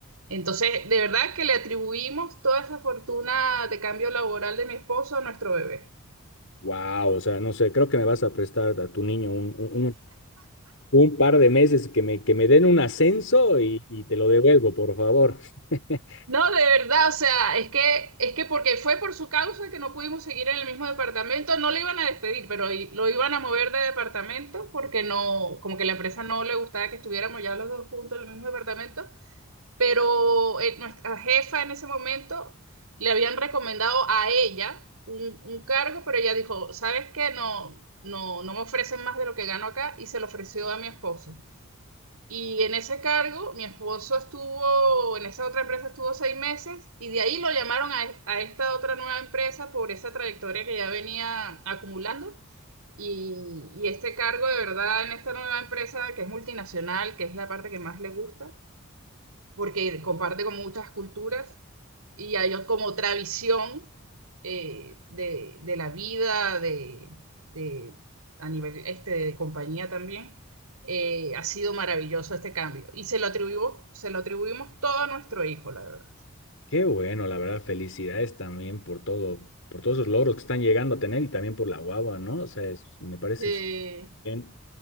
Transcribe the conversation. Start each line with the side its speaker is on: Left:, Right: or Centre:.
Right: Entonces, de verdad que le atribuimos toda esa fortuna de cambio laboral de mi esposo a nuestro bebé.
Left: wow, o sea, no sé, creo que me vas a prestar a tu niño un, un- un- un par de meses que me, que me den un ascenso y, y te lo devuelvo, por favor. <laughs>
Right: No, de verdad, o sea, es que, es que porque fue por su causa que no pudimos seguir en el mismo departamento, no lo iban a despedir, pero i- lo iban a mover de departamento porque no, como que la empresa no le gustaba que estuviéramos ya los dos juntos en el mismo departamento, pero eh, nuestra jefa en ese momento le habían recomendado a ella un, un cargo, pero ella dijo, ¿sabes qué? No, no, no me ofrecen más de lo que gano acá y se lo ofreció a mi esposo. Y en ese cargo, mi esposo estuvo, en esa otra empresa estuvo seis meses y de ahí lo llamaron a, e- a esta otra nueva empresa por esa trayectoria que ya venía acumulando. Y, y este cargo de verdad en esta nueva empresa que es multinacional, que es la parte que más le gusta, porque comparte con muchas culturas y hay como otra visión eh, de, de la vida, de, de- a nivel este, de compañía también. Eh, ha sido maravilloso este cambio y se lo atribuimos, se lo atribuimos todo a nuestro hijo, la verdad.
Left: Qué bueno, la verdad, felicidades también por todo, por todos esos logros que están llegando a tener y también por la guagua, ¿no? O sea, es- me parece
Right: Eh,
Left: súper bien.